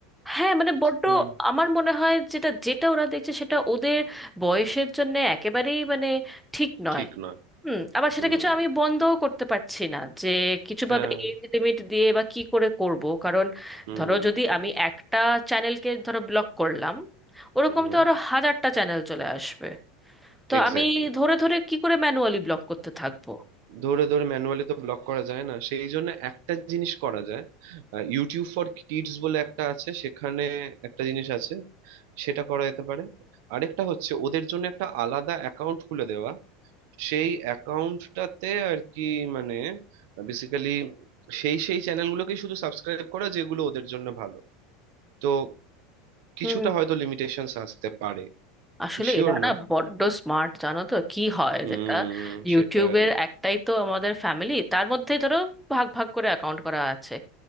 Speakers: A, in the centre; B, on the right.
A: হ্যাঁ মানে বড্ড
B: হুম
A: আমার মনে হয় যেটা যেটা ওরা দেখছে সেটা ওদের বয়সের জন্য একেবারেই মানে ঠিক নয়
B: ঠিক নয়
A: হুম আবার সেটা
B: হুম
A: কিছু আমি বন্ধও করতে পারছি না যে কিছুভাবে
B: হ্যাঁ
A: এজ লিমিট দিয়ে বা কি করে করব কারণ
B: হুম
A: ধরো যদি আমি একটা চ্যানেলকে ধরো ব্লক করলাম ওরকম
B: হুম
A: তো আরো হাজারটা চ্যানেল চলে আসবে তো
B: এক্স্যাক্টলি
A: আমি ধরে ধরে কি করে ম্যানুয়ালি ব্লক করতে থাকবো
B: ধরে ধরে ম্যানুয়ালি তো ব্লক করা যায় না সেই জন্য একটা জিনিস করা যায় ইউটিউব ফর কিডস বলে একটা আছে সেখানে একটা জিনিস আছে সেটা করা যেতে পারে আরেকটা হচ্ছে ওদের জন্য একটা আলাদা অ্যাকাউন্ট খুলে দেওয়া সেই অ্যাকাউন্টটাতে আর কি মানে বেসিক্যালি সেই সেই চ্যানেলগুলোকেই শুধু সাবস্ক্রাইব করা যেগুলো ওদের জন্য ভালো তো কিছুটা
A: হুম
B: হয়তো লিমিটেশনস আসতে পারে
A: আসলে
B: শিওর
A: এরা না
B: না
A: বড্ড স্মার্ট জানো তো কি হয়
B: হুম
A: যেটা ইউটিউবের
B: সেটাই
A: একটাই তো আমাদের ফ্যামিলি তার মধ্যেই ধরো ভাগ ভাগ করে অ্যাকাউন্ট করা আছে